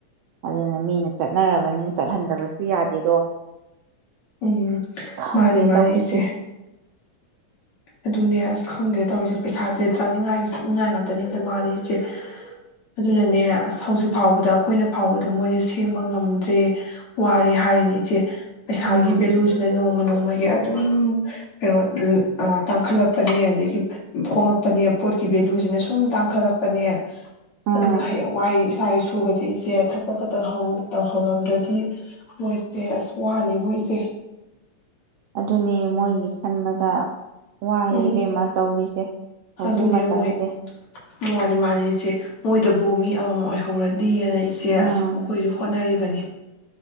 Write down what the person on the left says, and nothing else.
ꯎꯝ
ꯃꯥꯅꯤ ꯃꯥꯅꯤ
ꯏꯆꯦ ꯑꯗꯨꯅꯦ ꯑꯁ ꯈꯪꯗꯦ ꯇꯧꯔꯤꯁꯦ ꯄꯩꯁꯥꯗꯤ ꯆꯪꯅꯤꯡꯉꯥꯏ ꯒꯤ ꯆꯪꯅꯤꯡꯉꯥꯏ ꯉꯥꯛꯇꯅꯤꯗ ꯃꯥꯟꯅꯤ ꯏꯆꯦ ꯑꯗꯨꯅꯅꯦ ꯑꯁ ꯍꯧꯖꯤꯛ ꯐꯥꯎꯕꯗ ꯑꯩꯈꯣꯏꯅ ꯐꯥꯎꯕꯗ ꯃꯣꯏꯁꯦ ꯁꯦꯝꯕ ꯉꯝꯗ꯭ꯔꯦ ꯋꯥꯔꯦ ꯍꯥꯏꯔꯤꯅꯤ ꯏꯆꯦ ꯄꯩꯁꯥꯒꯤ
ꯚꯦꯂꯨꯁꯤꯅ ꯅꯣꯡꯃ ꯅꯣꯡꯃꯒꯤ ꯑꯗꯨꯝ ꯑꯦ ꯑꯣꯇ ꯑ ꯇꯥꯡꯈꯠꯂꯛꯄꯅꯦ ꯑꯗꯒꯤ ꯍꯣꯡꯉꯛꯄꯅꯦ ꯄꯣꯠꯀꯤ ꯚꯦꯂꯨꯁꯤꯅ ꯁꯨꯝ ꯇꯥꯡꯈꯠꯂꯛꯄꯅꯦ
ꯑꯗꯨꯅ ꯍꯌꯦꯡ ꯋꯥꯏ ꯏꯁꯥ ꯏꯁꯨꯒꯁꯤ ꯏꯆꯦ ꯊꯕꯛꯀ ꯇꯧꯍꯧ ꯇꯧꯍꯜꯂꯝꯗ꯭ꯔꯗꯤ ꯃꯣꯏꯁꯦ ꯑꯁ ꯋꯥꯅꯤꯕꯨ ꯏꯆꯦ
ꯎꯝ
ꯑꯗꯨꯅꯦ
ꯃꯣꯏ ꯃꯅꯤ ꯃꯥꯟꯅꯤ ꯏꯆꯦ ꯃꯣꯏꯗ ꯕꯨ ꯃꯤ ꯑꯃꯃꯝ ꯑꯣꯏꯍꯧꯔꯗꯤꯅ ꯏꯆꯦ
ꯑꯁ ꯑꯩꯈꯣꯏꯁꯨ ꯍꯣꯠꯅꯔꯤꯕ ꯕꯅꯤ